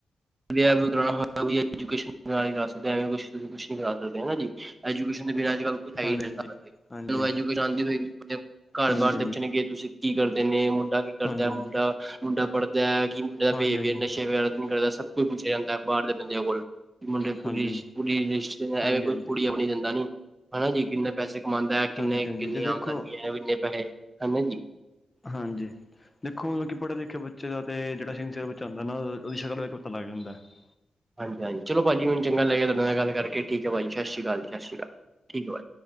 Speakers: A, on the right; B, on the left.
A: ਵਿਆਹ ਵਿਊ ਕਰਾਣਾ ਹੋ <unintelligible> ਐਜੂਕੇਸ਼ਨ ਨਾਲ ਕਰਾ ਸਕਦੇ, ਐਵੇਂ ਕੁਛ ਤੁਸੀਂ ਕੁਛ ਨਹੀਂ ਕਰਾ ਸਕਦੇ। ਹਨਾ ਜੀ? ਐਜੂਕੇਸ਼ਨ ਦੇ ਵੀ ਅੱਜ ਕੱਲ੍ਹ ਐਜੂਕੇਸ਼ਨ
B: ਹਾਂਜੀ ਹਾਂਜੀ ਹਾਂਜੀ
A: ਆਉਂਦੀ ਨਹੀਂ ਹੋਵੇਗੀ ਘਰ
B: ਹਾਂਜੀ
A: ਬਾਹਰ
B: ਹਾਂਜੀ
A: ਦੇ ਗਏ ਤੁਸੀਂ ਕੀ ਕਰਦੇ ਨੇ ਮੁੰਡਾ ਕੀ ਕਰਦਾ
B: ਹਾਂਜੀ
A: ਮੁੰਡਾ
B: ਹਾਂਜੀ
A: ਮੁੰਡਾ ਪੜਦਾ ਕੀ ਮੁੰਡਾ
B: ਹਾਂਜੀ
A: ਬਿਹੇਵੀਅਰ ਨਸ਼ੇ ਵਗੈਰਾ ਨ ਕਰਦਾ ਸੱਭ ਕੁੱਛ ਪੁੱਛਿਆ ਜਾਂਦਾ ਬਾਹਰ ਦੇ ਬੰਦਿਆਂ ਕੋਲ ਮੁੰਡੇ
B: ਹਾਂਜੀ
A: ਪੁਲਿਸ
B: ਹਾਂਜੀ ਹਾਂਜੀ
A: ਪੁਲਿਸ ਰਿਸ਼ਤੇ ਐਵੇਂ
B: ਹਾਂਜੀ
A: ਕੋਈ ਕੁੜੀਆਂ ਆਪਣੀ ਦਿੰਦਾ ਨੀ ਹਨਾ ਜੀ ਕਿੰਨਾ ਪੈਸੇ ਕਮਾਉਂਦਾ ਹੈ ਕਿੰਨੇ,
B: ਹਾਂਜੀ ਹਾਂਜੀ
A: ਕਿੰਨੀ
B: ਤੇ ਦੇਖੋ
A: ਆਮਦਨ, ਕਿੰਨੇ ਪੈਸੇ ਹਨਾ ਜੀ।
B: ਹਾਂਜੀ। ਦੇਖੋ ਮਤਲਬ ਕਿ ਪੜ੍ਹੇ ਲਿਖੇ ਬੱਚੇ ਦਾ ਤੇ ਜਿਹੜਾ ਸਿੰਸੇਅਰ ਬੱਚਾ ਹੁੰਦਾ ਨਾ, ਉਹਦੀ ਸ਼ਕਲ ਵੇਖ ਕੇ ਪਤਾ ਲੱਗ ਜਾਂਦਾ ਹੈ।
A: ਹਾਂਜੀ-ਹਾਂਜੀ, ਚਲੋ ਭਾਜੀ ਮੈਨੂੰ ਚੰਗਾ ਲੱਗਿਆ ਤੁਹਾਡੇ ਨਾਲ ਗੱਲ ਕਰਕੇ, ਠੀਕ ਏ ਭਾਜੀ ਸਤਿ ਸ੍ਰੀ ਅਕਾਲ ਸਤਿ ਸ਼੍ਰੀ ਅਕਾਲ। ਠੀਕ, ਹੈ ਭਾ